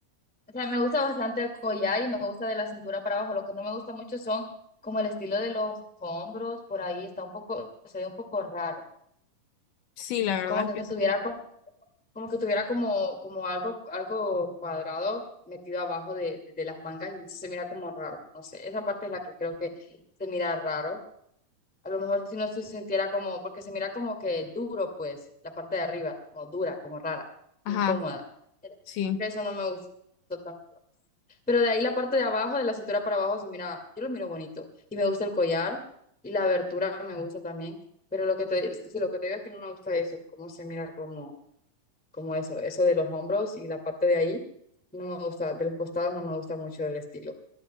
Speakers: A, in the centre; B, on the left.
A: O sea, me gusta bastante el collar y me gusta de la cintura para abajo. Lo que no me gusta mucho son como el estilo de los hombros, por ahí está un poco, se ve un poco raro.
B: Sí, la verdad
A: Como que
B: es que, es-
A: tuviera como, como que tuviera como, como algo, algo cuadrado metido abajo de, de, de las mangas y se mira como raro. No sé, esa parte es la que creo que se mira raro. A lo mejor si no se sintiera como, porque se mira como que duro, pues, la parte de arriba, como dura, como rara,
B: ajá,
A: incómoda. Creo
B: sí.
A: que Eso no me gustó tanto. Pero de ahí la parte de abajo, de la cintura para abajo, se mira, yo lo miro bonito. Y me gusta el collar y la abertura me gusta también. Pero lo que te, si lo que te digo es que no me gusta eso, cómo se mira como, como eso, eso de los hombros y la parte de ahí, no me gusta, de los costados no me gusta mucho el estilo.